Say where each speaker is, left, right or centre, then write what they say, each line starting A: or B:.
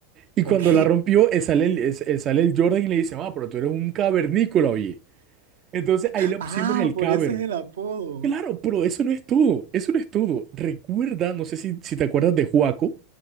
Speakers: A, on the right (about 30°); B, on the right (about 60°).
A: Y cuando
B: Ok.
A: la rompió, eh, sale el, eh, sale el Jordan y le dice: Ah, pero tú eres un cavernícola, oye. Entonces ahí le
B: Ah,
A: pusimos el
B: por
A: cover.
B: eso es el apodo.
A: Claro, pero eso no es todo, eso no es todo. Recuerda, no sé si, si te acuerdas de Juaco,